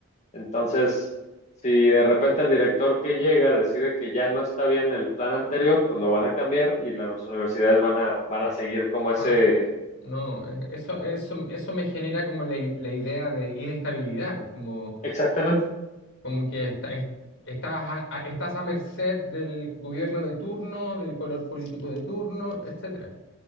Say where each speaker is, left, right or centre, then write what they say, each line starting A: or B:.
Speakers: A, on the left; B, on the left.
A: Entonces, si de repente el director que llega decide que ya no está bien el plan anterior, pues lo van a cambiar y las universidades van a, van a seguir como ese,
B: ah, no, e- eso, eso, eso me genera como la, i- la idea de inestabilidad, como
A: exactamente
B: Como que está- es- estás, a, a- estás a merced del gobierno de turno, del color político de turno, etcétera.